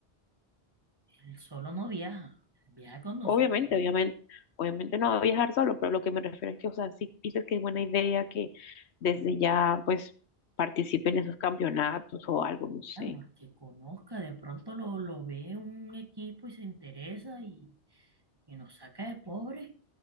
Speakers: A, on the right (about 20°); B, on the left (about 80°).
A: él solo no viaja, él viaja con nosotros.
B: obviamente, obviamente, obviamente no va a viajar solo, pero lo que me refiero es que, o sea, si dices que es buena idea que desde ya, pues, participen en esos campeonatos o algo, no sé.
A: Vamos, que conozca, de pronto lo, lo ve un equipo y se interesa y, y nos saca de pobres,